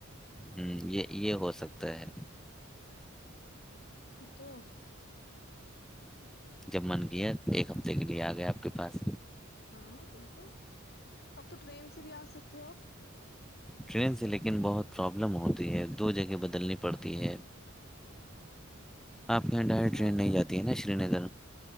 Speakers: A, in the centre; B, on the left.
A: ہوں یہ یہ ہو سکتا ہے
B: <unintelligible>
A: جب من کیا ایک ہفتے کے لیے آ گیا آپ کے پاس
B: ہاں بالکل <unintelligible> اب تو ٹرین سے بھی آ سکتے تو
A: ٹرین سے لیکن بہت پرابلم ہوتی ہے دو جگہ بدلنی پڑتی ہے آپ کے یہاں ڈائریکٹ
B: تو
A: ٹرین نہیں جاتی ہے نا سری نگر